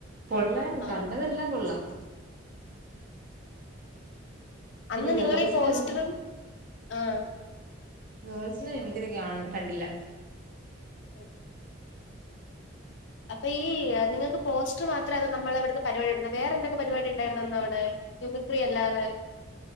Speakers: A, on the right; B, on the left.
A: കൊള്ളായിരുന്നു
B: ആഹ്
A: കണ്ടതെല്ലാം കൊള്ളാം പിന്നെ
B: അന്ന്
A: ഗേൾസിന്റെ
B: നിങ്ങളീ പോസ്റ്ററും
A: ഒന്നും
B: ആഹ്
A: ഗേൾസിന്റെ മിമിക്രി കാൺ കണ്ടില്ല
B: <unintelligible> അപ്പൊ ഈ നിങ്ങൾക്ക് പോസ്റ്റ്റ് മാത്രാനോ നമ്മളെവിട്ന്ന് പരിവാടിടന്ന് വേറെന്തൊക്കെ പരിപാടി ഉണ്ടായിരുന്നു അന്നവിടെ മിമിക്രി അല്ലാതെ.